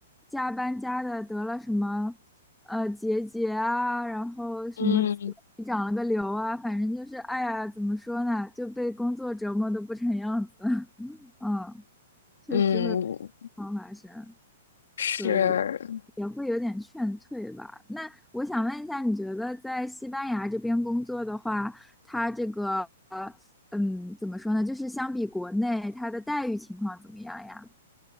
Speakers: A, in the centre; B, on the left.
A: 加班加的得了什么呃结节啊，然后什么
B: 嗯
A: 长了个瘤啊，反正就是哎呀，怎么说呢，就被工作折磨的不成样子，<laughs> 嗯，确实会有这种情况发生，
B: 嗯，是。
A: 所以也会有点劝退吧。那我想问一下，你觉得在西班牙这边工作的话，它这个呃嗯，怎么说呢？就是相比国内，它的待遇情况怎么样呀？